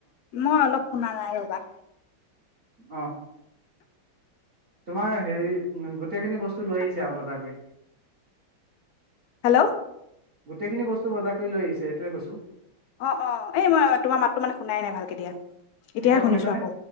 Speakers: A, on the left; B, on the right.
A: মই অলপ শুনা নাই ৰ'বা।
B: অ'। তোমাৰ হেৰি <unintelligible> টেইখিনি বস্তু লৈ
A: মাতটো
B: আহিছে আৰু বজাৰ কৰি।
A: হেল্ল'!
B: গোটেইখিনি বস্তু বজাৰ কৰি লৈ আহিছে সেইটোৱে কৈছো।
A: অ', অ', এই মই তোমাৰ মাতটো মানে শুনাই নাই ভাল কে দিয়া। এতিয়াহে
B: এতিয়া শুনিছানে?
A: শুনিছো আকৌ